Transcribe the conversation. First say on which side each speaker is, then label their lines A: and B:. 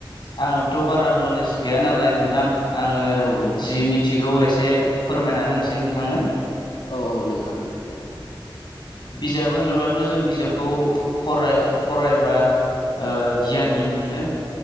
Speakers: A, on the left; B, on the left.
A: आंनावबोथ' बारा नलेज गैया नालाय नोंथां आङो
B: औ नोंथां
A: जि मिथिगौ एसे फोरमायना होनोसै नोंथांनो
B: औ औ नोंथां ए।
A: बिजाब होनोब्लाथ' जों बिजाबखौ फराय फरायबा ओ गियानि
B: औ
A: मोनो।